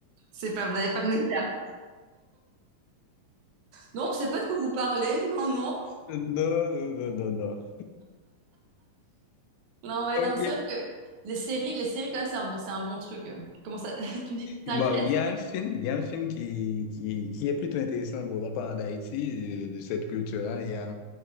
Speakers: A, on the right; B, on the left.
A: c'est pas, vous allez pas me le faire. Non, c'est pas de quoi vous parlez. Non, non.
B: Non, non, non, non, non.
A: Non, ouais,
B: Ok.
A: non, mais c'est vrai que les séries, les séries quand même, c'est un bon, c'est un bon truc. Comment ça, <laughs> tu me dis, t'inquiète
B: Bon, il y a un film, il y a un film qui, qui, qui est plutôt intéressant, bon, en parlant d'Haïti, euh, de cette culture-là. Il y a